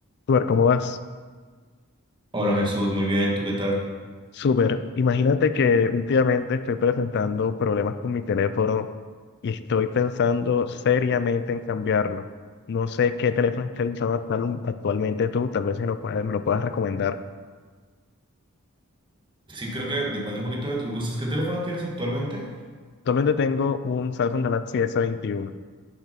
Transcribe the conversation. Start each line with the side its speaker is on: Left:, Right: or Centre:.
Left: Súper, ¿cómo vas?
Right: Hola Jesús, muy bien, ¿tú qué tal?
Left: Súper. Imagínate que últimamente estoy presentando problemas con mi teléfono y estoy pensando seriamente en cambiarlo. No sé qué teléfono estás usando actual- um, actualmente tú, tal vez si lo puedes- me lo puedas recomendar.
Right: Sí, creo que depende un poquito de tus gustos. ¿Qué teléfono tienes actualmente?
Left: Actualmente tengo un Samsung Galaxy s veintiuno.